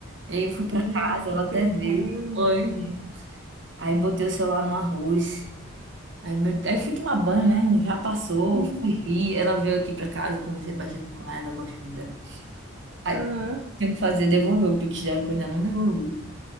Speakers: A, on the right; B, on the right.
A: E aí eu fui pra
B: Menina,
A: casa,
B: que
A: ela até
B: perrengue.
A: veio. Oi. Aí botei o celular no arroz. Aí, meu, aí fui tomar banho, né? Já passou,
B: Uhum.
A: fui rir. Ela veio aqui pra casa, conversei bastante com ela, gosto muito dela. Aí,
B: Aham.
A: tinha que fazer, devolver o Pix dela, que eu ainda não devolvi.